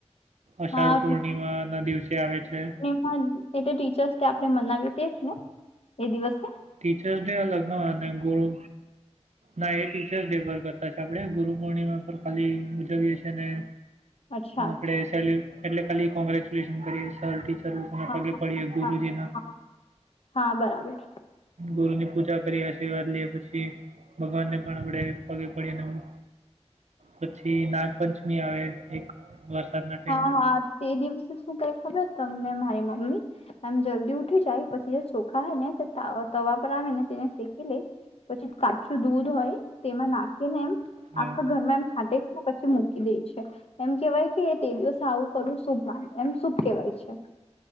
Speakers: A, on the right; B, on the left.
A: અષાઢપૂર્ણિમાના
B: હા
A: દિવસે આવે છે,
B: હ એતો ટીચર્સડે આપણે મનાવી તેજ નેએ દિવસેને.
A: ટીચર્સ ડે અલગને અને ગુરુ. નાએ ટીચર્સ ડે પર કરતા છે, આપડે ગુરુ પૂર્ણિમા પર ખાલી ઉજવીએ છીએ.
B: અચ્છા
A: આપણે સેલ્ય એટલે ખાલી કોંગ્રેચ્યુલેશન કરીએ સરટી. લોકોને
B: હા
A: પગે પડીએ ગુરુજીના,
B: હા હા હા, બરાબર
A: ગુરુની પૂજા કરી આશીર્વાદ લે પછી, ભગવાનને પણ આપડે પગે પડીને હું. પછી નાગપંચમી આવે એક, વરસાદના, ટાઈમે
B: હા, હા તે દિવસે શું કરે ખબર તમને મારી મમ્મી, એમ જલ્દી ઉઠી જાય પછી જે ચોખા હોને તવા પર આવેને તેને શેકી લઈ. પછી કાચું દૂધ હોય તેમાં નાખીને એમ
A: હા
B: આખા ઘરમાં એમ છાંટે છે ને પછી મૂકીદે છે એમ કહેવાય કે તે દિવસે આવું કરવું શુભ માનવું એમ શુભ કેવાય છે.